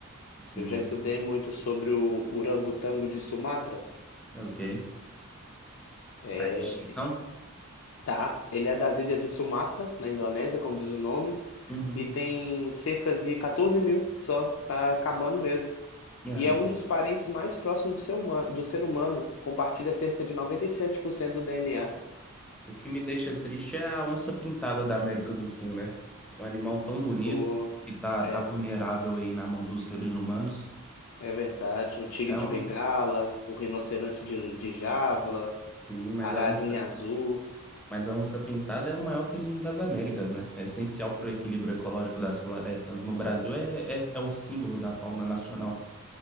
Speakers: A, in the centre; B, on the left.
A: Sim.
B: Eu já estudei muito sobre o orangotango de Sumatra.
A: Ok.
B: É,
A: Tá em extinção?
B: tá. Ele é das ilhas de Sumatra, na Indonésia, como diz o nome,
A: Uhum.
B: e tem cerca de 14 mil só. Tá acabando mesmo.
A: Ah,
B: e é
A: é.
B: um dos parentes mais próximos do ser humano, do ser humano. Compartilha cerca de 97% do DNA.
A: O que me deixa triste é a onça pintada da América do Sul, né? Um animal tão bonito
B: O,
A: que tá,
B: é,
A: tá vulnerável aí na mão dos seres humanos.
B: é verdade. O tigre
A: É
B: de
A: um.
B: Bengala, o rinoceronte de, de Java,
A: Sim, mas
B: a ararinha
A: a onça.
B: azul.
A: Mas a onça-pintada é o maior felino das Américas, né? É essencial para o equilíbrio ecológico das florestas. No Brasil é, é, é o símbolo da fauna nacional.